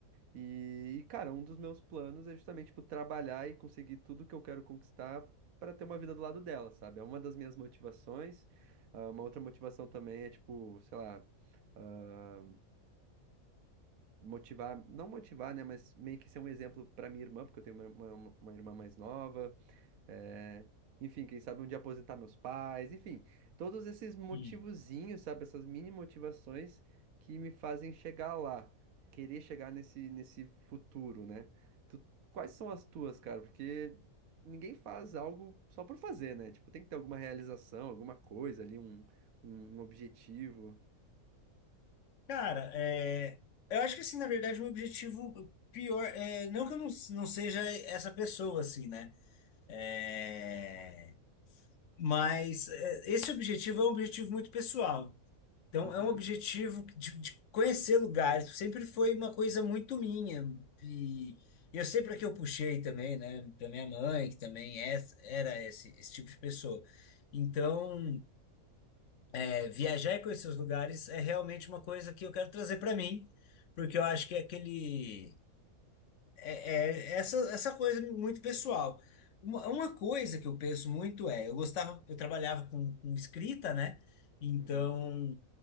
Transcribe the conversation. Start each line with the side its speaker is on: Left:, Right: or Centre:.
Right: E, e, cara, um dos meus planos é justamente, tipo, trabalhar e conseguir tudo que eu quero conquistar para ter uma vida do lado dela, sabe? É uma das minhas motivações. Ah, uma outra motivação também é, tipo, sei lá, ah, motivar, não motivar, né? Mas meio que ser um exemplo para minha irmã, porque eu tenho uma, uma, uma irmã mais nova. É, Enfim, quem sabe um dia aposentar meus pais, enfim, todos esses motivozinhos,
Left: uhum.
Right: sabe, essas mini motivações que me fazem chegar lá, querer chegar nesse, nesse futuro, né? Tu- Quais são as tuas, cara? Porque ninguém faz algo só por fazer, né? Tipo, tem que ter alguma realização, alguma coisa ali, um, um, um objetivo.
Left: Cara, é, eu acho que assim, na verdade, o meu objetivo pior é não que eu não, não seja essa pessoa, assim, né? É, mas é, esse objetivo é um objetivo muito pessoal. Então,
Right: Uhum,
Left: é um objetivo de, de conhecer lugares. Sempre foi uma coisa muito minha. E eu sei para que eu puxei também, né? Da minha mãe, que também é, era esse, esse tipo de pessoa. Então, é, viajar e conhecer os lugares é realmente uma coisa que eu quero trazer para mim, porque eu acho que é aquele é, é essa, essa coisa muito pessoal. Uma, uma coisa que eu penso muito é, eu gostava, eu trabalhava com, com escrita, né? Então,
Right: uhum,